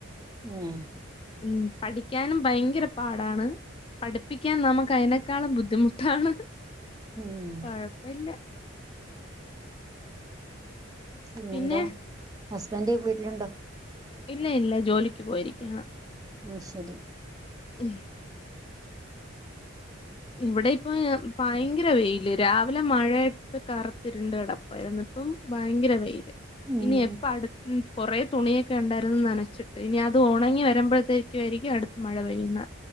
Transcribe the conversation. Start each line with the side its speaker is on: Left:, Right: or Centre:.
Right: ഏഹ്.
Left: ഉം പഠിക്കാനും ഭയങ്കര പാടാണ്. പഠിപ്പിക്കാൻ നമുക്ക് അയിനേക്കാളും ബുദ്ധിമുട്ടാണ്.
Right: ഉം.
Left: കൊഴപ്പവില്ല.
Right: പിന്നെന്താ
Left: പിന്നെ
Right: ഹസ്ബെൻഡ് വീട്ട്ല്ണ്ടോ?
Left: ഇല്ല ഇല്ല ജോലിക്ക് പോയിരിക്ക്യാണ്
Right: അത് ശെരി
Left: ഉം ഇവിടെ ഇപ്പൊ ഭയങ്കര വെെല് രാവിലെ മഴയത്ത് കറ് ത്ത് ഇരുണ്ട് കെടപ്പായിര്ന്ന് ഇപ്പം ഭയങ്കര വെെല്
Right: ഉം
Left: ഇനി എപ്പ അട് ഉം കൊറേ തുണിയെക്കെ ഇണ്ടായ്ര്ന്നത് നനച്ചിട്ട് ഇനി അത് ഒണങ്ങി വരമ്പഴ്ത്തേക്കും ആയിരിക്കും അട്ത്ത മഴ പെയ്യുന്നത്